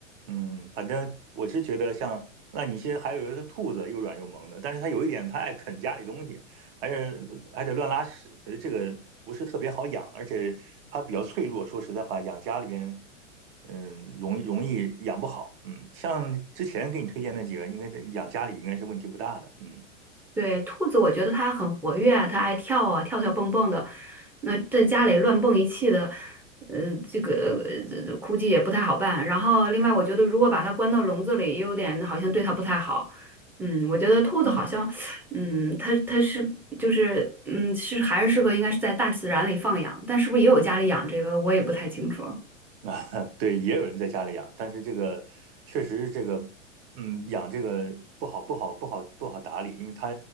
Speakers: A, on the right; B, in the centre.
A: 嗯，反正我是觉得像那你些还有一个兔子，又软又萌的，但是它有一点，它爱啃家里东西，还是还得乱拉屎，所以这个不是特别好养，而且它比较脆弱。说实在话，养家里边，嗯，容易容易养不好。嗯，像之前给你推荐那几个，应该在养家里应该是问题不大的。嗯。
B: 对，兔子，我觉得它很活跃啊，它爱跳啊，跳跳蹦蹦的。那在家里乱蹦一气的，呃，这个呃估计也不太好办。然后，另外，我觉得如果把它关到笼子里，也有点好像对它不太好。嗯，我觉得兔子好像，
A: 嗯。
B: 嗯，它它是就是嗯是还是适合应该是在大自然里放养，但是不是也有家里养这个，我也不太清楚。
A: 啊，<laughs> 对，也有人在家里养，但是这个确实是这个，嗯，养这个不好，不好，不好，不好打理，因为它